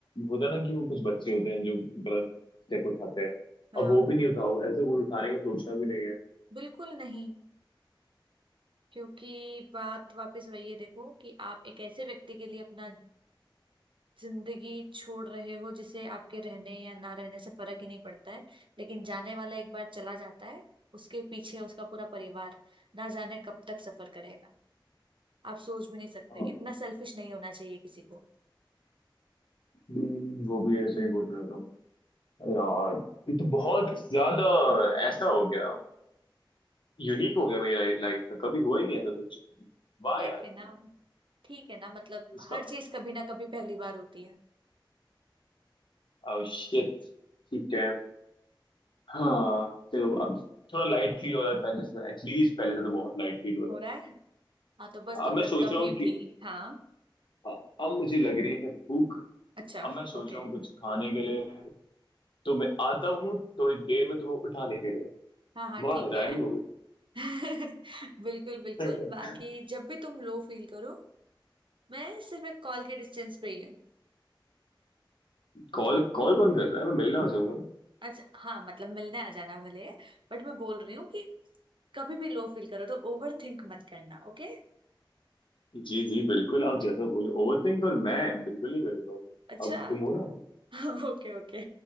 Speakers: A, on the left; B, on the right.
A: होता ना कि वो कुछ बच्चे होते हैं जो गलत स्टेप उठाते हैं
B: हाँ
A: अब वो भी नहीं उठाओ ऐसे कुछ उठाने का सोचना भी नहीं है
B: बिल्कुल नहीं क्योंकि बात वापस वही है देखो कि आप एक ऐसे व्यक्ति के लिए अपना जिंदगी छोड़ रहे हो जिसे आपके रहने या ना रहने से फर्क ही नहीं पड़ता है लेकिन जाने वाला एक बार चला जाता है उसके पीछे उसका पूरा परिवार ना जाने कब तक सफर करेगा आप सोच भी नहीं सकते
A: हाँ
B: इतना सेल्फिश नहीं होना चाहिए किसी को
A: हम्म, वो भी ऐसे ही बोल रहा था अरे यार ये तो बहुत ज्यादा ऐसा हो गया यूनिक हो गया मेरी लाइफ में कभी हुआ ही नहीं ऐसा कुछ वाह
B: ठीक
A: यार
B: है ना ठीक है ना मतलब
A: इसका
B: हर चीज कभी ना कभी पहली बार होती है
A: oh shit ठीक है हाँ
B: तो
A: चलो अब थोड़ा लाइट फील हो रहा है पहले से एटलीस्ट पहले से तो बहुत लाइट फील हो रहा
B: हो रहा है हाँ तो बस
A: है
B: तो
A: अब मैं
B: फिर
A: सोच
B: कभी
A: रहा हूँ कि
B: भी हाँ
A: हाँ, अब मुझे लग रही है भूख
B: अच्छा
A: अब मैं सोच
B: ओके
A: रहा हूँ कुछ खाने के लिए तो मैं आता हूँ थोड़ी देर में तुम्हें उठाने के लिए
B: हाँ हाँ
A: वाह
B: ठीक
A: राइमिंग
B: है
A: हो गई
B: <laughs> बिल्कुल बिल्कुल
A: <laughs>
B: बाकी जब भी तुम लो फील करो मैं सिर्फ एक कॉल के डिस्टेंस पे ही हूँ
A: कॉल कॉल कौन कर रहा है मैं मिलने आ जाऊंगा ना
B: अच्छा हाँ मतलब मिलने आ जाना भले बट मैं बोल रही हूँ कि कभी भी लो फील करो तो ओवर थिंक मत करना ओके
A: जी जी बिल्कुल आप जैसा बोले ओवरथिंक और मैं बिल्कुल नहीं करूंगा
B: अच्छा
A: अब तुम हो ना
B: <laughs> ओके ओके